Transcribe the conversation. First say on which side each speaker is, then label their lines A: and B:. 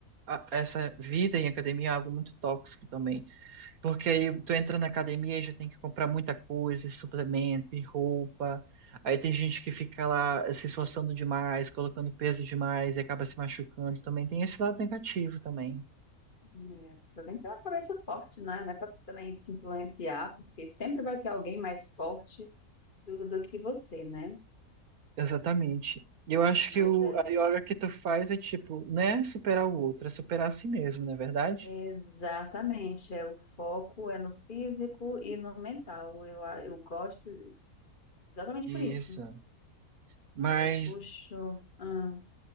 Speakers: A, on the right (about 70°); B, on the left (about 35°).
A: a- essa vida em academia em algo muito tóxico também. Porque aí tu entra na academia e já tem que comprar muita coisa, suplemento, e roupa. Aí tem gente que fica lá se esforçando demais, colocando peso demais e acaba se machucando também. Tem esse lado negativo também.
B: É, a pessoa tem que ter uma cabeça forte, né, não é pra também se influenciar, porque sempre vai ter alguém mais forte do, do que você, né?
A: Exatamente. E Eu acho
B: Mas
A: que o,
B: é
A: a yoga que tu faz é tipo, não é superar o outro, é superar a si mesmo, não é verdade?
B: exatamente, é o foco é no físico e no mental. Eu, a- eu gosto exatamente
A: Isso.
B: por isso.
A: Mas
B: E aí puxou. Ah,